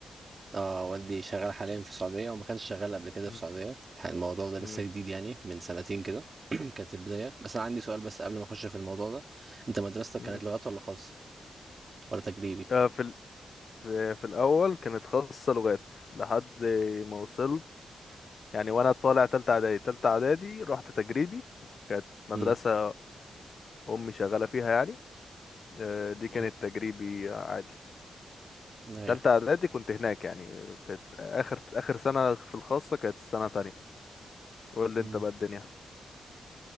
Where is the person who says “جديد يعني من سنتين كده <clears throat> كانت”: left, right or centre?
Right